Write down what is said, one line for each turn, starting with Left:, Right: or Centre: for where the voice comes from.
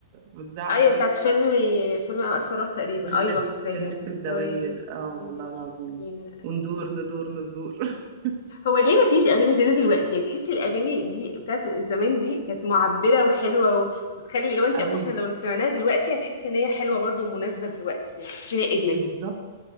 Right: متذاعه
Left: ايوه
Right: قبل كده
Left: بتاعت فيلم فيلم اوقات فراغ تقريبا
Right: بنلف
Left: ايوه فاكراها
Right: بنلف الدواير
Left: الدوائر
Right: اه
Left: الدنيا
Right: والله
Left: تلف
Right: العظيم
Left: بينا ايوه
Right: وندور ندور ندور <laughs>
Left: هو ليه ما فيش اغاني زي دي دلوقتي يعني تحسي الاغاني دي بتاعت زمان دي كانت معبره وحلوه و... وتخلي لو انت
Right: قوي
Left: اصلا احنا لو سمعناها دلوقتي هتحسي ان هي حلوه برضو ومناسبه دلوقتي يعني تحسي ان هي ادمت
Right: بالظبط